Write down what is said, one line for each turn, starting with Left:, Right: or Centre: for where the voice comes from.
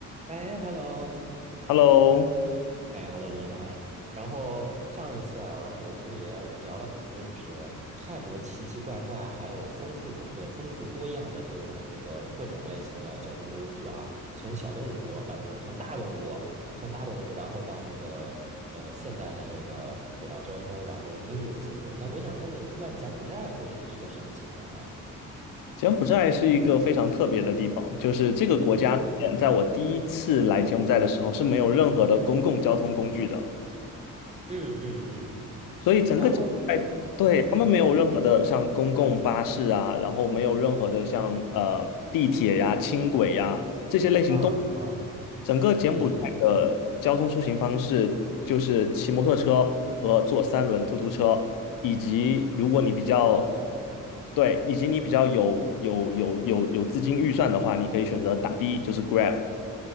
Right: 哎，hello，
Left: Hello，
Right: 哎，Hello，你好哎。然后上一次啊，然后我跟你也聊了很多，就是泰国奇奇怪怪，还有丰富种呃丰富多样的这种这个各种类型的交通工具啊，从小动物啊呃不是从大动物，从大动物然后到这个呃现代的这个轨道交通，然后应有尽有。那我想问问，那柬埔寨会是一个什么情况呀？
Left: 柬埔寨是一个非常特别的地方，就是这个国家里面在我第一次来柬埔寨的时候是没有任何的公共交通工具的，
Right: 嗯嗯嗯嗯，
Left: 所以整个柬埔寨对他们没有任何的像公共巴士啊，
Right: 然后嗯，我
Left: 然后没有任何的像呃地铁呀、轻轨呀这些类型都没有。
Right: 啊啊
Left: 整个柬埔寨的交通出行方式就是骑摩托车和坐三轮突突车，
Right: 嗯，
Left: 以及如果你比较
Right: 靠走。
Left: 对，以及你比较有有有有有资金预算的话，你可以选择打的，就是 Grab。